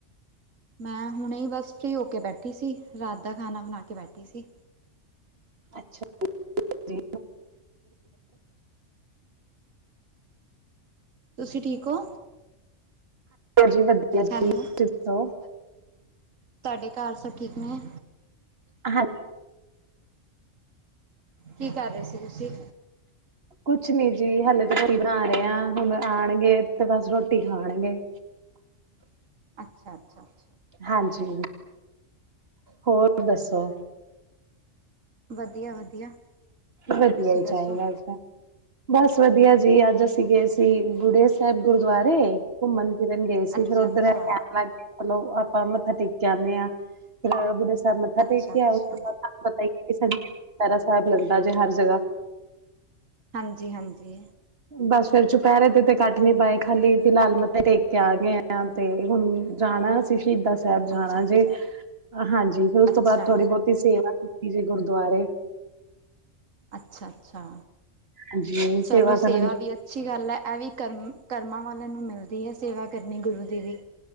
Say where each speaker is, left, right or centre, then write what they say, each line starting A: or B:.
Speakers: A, on the right (about 90°); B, on the right (about 50°).
A: ਮੈਂ ਹੁਣੇ ਹੀ, ਬਸ ਫਰੀ ਹੋ ਕੇ ਬੈਠੀ ਸੀ। ਰਾਤ ਦਾ ਖਾਣਾ ਬਣਾ ਕੇ ਬੈਠੀ ਸੀ।
B: ਅੱਛਾ ਜੀ,
A: ਤੁਸੀਂ, ਠੀਕ ਹੋ
B: ਜੀ ਮੈਂ ਵਧੀਆ, ਜੀ
A: ਹੈਲੋ
B: ਤੁਸੀਂ ਦੱਸੋ?
A: ਤੁਹਾਡੇ ਘਰ, ਸਭ ਠੀਕ ਨੇ?
B: ਹਾਂਜੀ
A: ਕੀ, ਕਰ ਰਹੇ ਸੀ ਤੁਸੀਂ?
B: ਕੁਛ ਨਹੀਂ ਜੀ, ਹਾਲੇ ਤਾ ਰੋਟੀ ਹੀ ਬਣਾ ਰਹੇ ਆ, ਹੁਣ ਆਣਗੇ, ਬਸ ਰੋਟੀ ਖਾਣਗੇ
A: <inaudible> <inaudible> ਅੱਛਾ- ਅੱਛਾ- ਅੱਛਾ
B: ਹਾਂਜੀ, ਹੋਰ ਦੱਸੋ?
A: ਵਧੀਆ- -ਵਧੀਆ
B: ਵਧੀਆ
A: ਤੁਸੀਂ
B: ਹੀ,
A: ਦੱਸੋ
B: ਚਾਹੀਦਾ ਆ ਬਸ ਵਧੀਆ ਜੀ, ਅੱਜ ਅਸੀਂ ਗਏ ਸੀ ਬੁੜਿਆ ਸਾਹਿਬ ਗੁਰਦੁਆਰੇ ਘੁੰਮਣ ਫਿਰਨ ਗਏ ਸੀ।
A: ਅੱਛਾ
B: ਫਿਰ ਉੱਧਰ
A: ਅੱਛਾ
B: ਇਹ ਕਹਿਣ ਲੱਗ ਗਏ, ਚਲੋ ਆਪਾਂ ਮੱਥਾ ਟੇਕ ਆਣੇ ਆ ਫਿਰ ਬੁੜਿਆ ਸਾਹਿਬ ਮੱਥਾ
A: ਅੱਛਾ
B: ਟੇਕ ਕੇ
A: ਅੱਛਾ
B: ਆਏ, ਉਸ ਤੋਂ ਬਾਅਦ ਪਤਾ ਨਈ ਚੁਪਹਿਰਾ ਸਾਹਿਬ ਲੱਗਦਾ ਹਰ ਜਗ੍ਹਾ
A: ਹਾਂਜੀ- ਹਾਂਜੀ
B: ਬਸ ਫੇਰ, ਚੁਪਹਿਰੇ ਤੇ ਤੇ ਕੱਡ ਨੀ ਪਾਏ ਖਾਲੀ ਫਿਲਹਾਲ ਮੱਥੇ ਟੇਕ ਕੇ ਆ ਗਏ ਆ। ਤੇ ਹੁਣ ਜਾਣਾ, ਅਸੀਂ ਸ਼ਹੀਦਾਂ ਸ਼ਹੀਦਾ ਸਾਹਿਬ ਜਾਣਾ
A: ਅੱਛਾ ਅੱਛਾ
B: ਜੀ ਹਾਂਜੀ, ਫਿਰ ਉਸ
A: ਅੱਛਾ
B: ਤੋਂ ਬਾਅਦ ਥੋੜੀ ਬਹੁਤੀ ਸੇਵਾ ਕੀਤੀ ਜੇ ਗੁਰਦੁਆਰੇ
A: ਅੱਛਾ- -ਅੱਛਾ
B: ਹਾਂਜੀ
A: ਚਲੋ ਸੇਵਾ
B: ਕਰਨ
A: ਵੀ ਅੱਛੀ ਗੱਲ ਹੈ, ਇਹ ਵੀ ਕਰਮਾਂ ਵਾਲਿਆਂ ਨੂੰ ਮਿਲਦੀ ਹੈ ਸੇਵਾ ਕਰਨੀ, ਗੁਰੂ ਦੀ ਵੀ